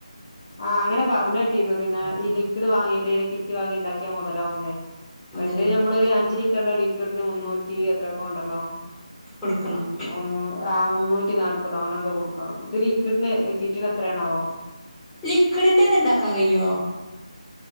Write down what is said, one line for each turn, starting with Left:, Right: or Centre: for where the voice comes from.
Left: ആഹ് അങ്ങനെ വ <unintelligible> പിന്നെ
Centre: ഉം
Left: ഈ ലിക്വിഡ് വാങ്ങീട്ട് റ്റ് വാങ്ങിണ്ടാക്കിയ മുതലാവ്ന്നേ
Centre: മുതലാവും
Left: മറ്റേ ഞമ്മളൊരു അഞ്ച് ലിറ്റർന്റെ ലി ലിക്വിഡ്ന് മുന്നൂറ്റി എത്രെക്കൊ ഉണ്ടല്ലോ
Centre: കൊടുക്കണം
Left: <unintelligible> ആഹ് മുന്നൂറ്റി നാല്പത് അങ്ങനെന്തോ കൊടുക്കണം ഇത് ലിക്വിഡ്ന് കിറ്റിന് എത്രയാണാവോ
Centre: ലിക്വിഡിന്റെത് ഇണ്ടാക്കാൻ കയ്യോ